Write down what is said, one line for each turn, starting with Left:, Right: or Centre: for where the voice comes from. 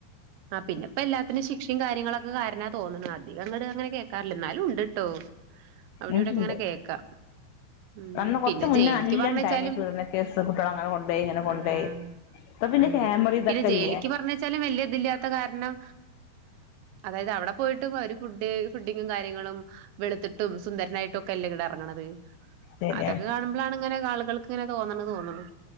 Right: ആ പിന്ന ഇപ്പ എല്ലാത്തിനും ശിക്ഷിം കാര്യങ്ങളൊക്കെ കാരണാ തോന്ന്ണ് അധികങ്ങട് അങ്ങനെ കേ ക്കാറില്ല ന്നാലും ണ്ട്ട്ടോ അവിടെ
Left: ഇണ്ട്
Right: ഇവിടെക്കെങ്ങനെ കേക്കാ ഊം
Left: അന്ന് കൊറച്ച്
Right: പിന്നെ
Left: മുന്നേ
Right: ജയിലിക്ക്
Left: നല്ല
Right: പറഞ്ഞയച്ചാലും
Left: ഇണ്ടായിനി പീഡന കേസ് കുട്ടികളെ അങ്ങനെ കൊണ്ടോയി ഇങ്ങനെ കൊണ്ടോയി
Right: ആഹ്
Left: ഇപ്പൊ പിന്നെ
Right: അതെ
Left: ക്യാമറ ഇതൊക്കെല്ലേ
Right: പിന്നെ ജയിലിക്ക് പറഞ്ഞച്ചാലും വല്യ ഇതില്ല കാരണം അതായത് അവടെ പോയിട്ടും അവര് ഫുഡ് ഫുഡിങ്ങും കാര്യങ്ങളും വെളുത്തിട്ടും സുന്ദരനായിട്ടും ഒക്കെ അല്ലേ ഇങ്ങട് എറങ്ങണത്
Left: ശരിയാണ്
Right: അതൊക്കെ കാണുമ്പളാണ് ഇങ്ങനെ ആളുകൾക്ക് ക്ക്ങ്ങനെ തോന്ന്ണെ തോന്ന്ണു